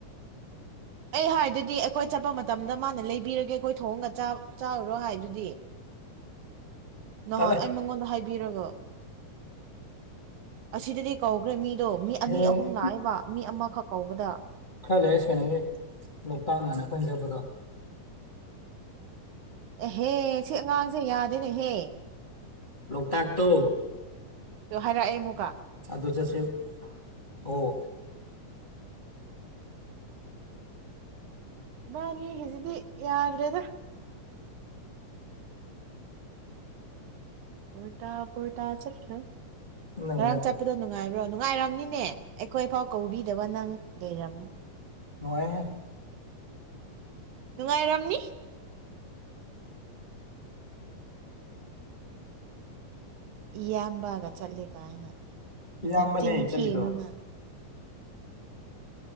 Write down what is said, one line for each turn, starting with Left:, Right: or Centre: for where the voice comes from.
Right: ꯑꯩ ꯍꯥꯏꯗꯨꯗꯤ ꯑꯩꯈꯣꯏ ꯆꯠꯄ ꯃꯇꯝꯗ ꯃꯥꯅ ꯂꯩꯕꯤꯔꯒꯦ ꯑꯩꯈꯣꯏ ꯊꯣꯡꯉꯒ ꯆꯥ ꯆꯥꯎꯔꯣ ꯍꯥꯏꯗꯨꯗꯤ ꯅꯍꯥꯟ
Left: ꯇꯜꯂꯦ
Right: ꯑꯩ ꯃꯪꯉꯣꯟꯗ ꯍꯥꯏꯕꯤꯔꯒ ꯑꯁꯤꯗꯗꯤ ꯀꯧꯒ꯭ꯔꯦ ꯃꯤꯗꯣ ꯃꯤ ꯑꯅꯤ
Left: ꯍꯌꯦꯡ
Right: ꯑꯍꯨꯝ ꯂꯥꯛꯑꯦꯕ ꯃꯤ ꯑꯃꯈꯛ ꯀꯧꯕꯗ
Left: ꯈꯔ ꯂꯩꯔ ꯁꯦꯅꯕꯤ ꯂꯣꯛꯇꯥꯛ ꯉꯍꯥꯟ ꯑꯩꯈꯣꯏꯅ ꯂꯩꯔꯛꯄꯗꯣ
Right: ꯑꯦꯍꯦ ꯁꯤ ꯑꯉꯥꯡꯁꯦ ꯌꯥꯗꯦꯅꯦꯍꯦ
Left: ꯂꯣꯛꯇꯥꯛ ꯇꯣ
Right: ꯑꯗꯨ ꯍꯥꯏꯔꯛꯑꯦ ꯑꯃꯨꯛꯀ
Left: ꯑꯗꯨ ꯆꯠꯁꯦꯕ ꯑꯣ
Right: ꯏꯕꯅꯤꯒꯤꯖꯤꯗꯤ ꯌꯥꯗ꯭ꯔꯦꯗ ꯎ꯭ꯔꯇꯥ ꯄꯨꯔꯇꯥ ꯆꯠꯈ꯭ꯔꯦ
Left: ꯅꯪ
Right: ꯉꯔꯥꯡ
Left: ꯅꯠꯇ꯭ꯔꯣ
Right: ꯆꯠꯄꯗꯣ ꯅꯨꯡꯉꯥꯏꯕ꯭ꯔꯣ ꯅꯨꯡꯉꯥꯏꯔꯝꯅꯤꯅꯦ ꯑꯩꯈꯣꯏꯐꯥꯎ ꯀꯧꯕꯤꯗꯕ ꯅꯪ ꯂꯩꯔꯝꯃꯨ
Left: ꯅꯨꯡꯉꯥꯏꯍꯦ
Right: ꯅꯨꯡꯉꯥꯏꯔꯝꯅꯤ ꯏꯌꯥꯝꯕꯒ ꯆꯠꯂꯦ ꯀꯥꯏꯅ
Left: ꯏꯌꯥꯝꯕꯅꯦ
Right: ꯅꯆꯤꯟ ꯊꯤꯒꯅꯨ
Left: ꯆꯠꯂꯤꯗꯣ
Right: ꯅꯪ